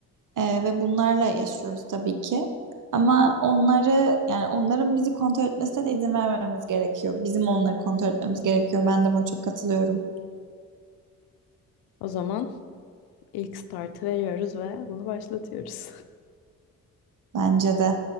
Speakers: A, on the right; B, on the left.
A: ee, ve bunlarla yaşıyoruz tabii ki. Ama onları yani onların bizi kontrol etmesine de izin vermememiz gerekiyor. Bizim onları kontrol etmemiz gerekiyor. Ben de buna çok katılıyorum.
B: O zaman ilk startı veriyoruz ve bunu başlatıyoruz.
A: Bence de.